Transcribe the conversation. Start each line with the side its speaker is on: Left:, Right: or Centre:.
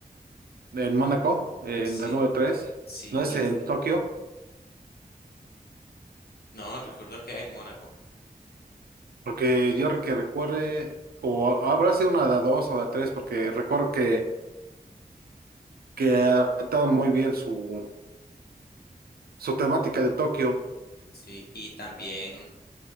Right: En Mónaco, en
Left: Sí,
Right: la número 3.
Left: sí,
Right: No es
Left: y
Right: en Tokio.
Left: no, recuerdo que es en Mónaco.
Right: Porque yo que recuerde, o habrá sido una de dos o de tres, porque recuerdo que, que adaptaron muy bien su, su temática de Tokio.
Left: Sí, y también